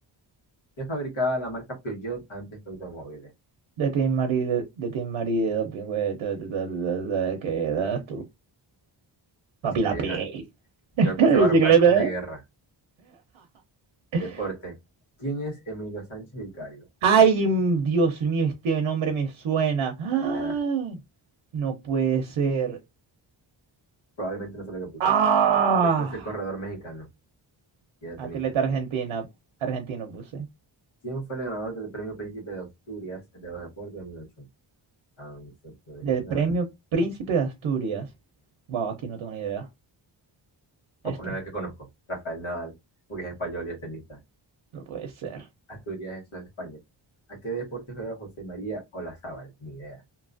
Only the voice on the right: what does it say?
De Team Mari, de, de Team Mari, de doping, güey. ta, ta, ta, ta, ta, ta, ¿Qué das tú? Papi
la pey.
<laughs>
Bicicleta.
¿eh? <laughs>
Ay, mm, Dios mío, este nombre me suena. <gasps> ¡Ah!
No puede ser.
¡Ah!
Atleta
argentina, argentino puse.
Del
premio Príncipe de Asturias. Wow, aquí no tengo ni idea.
Este,
no puede ser.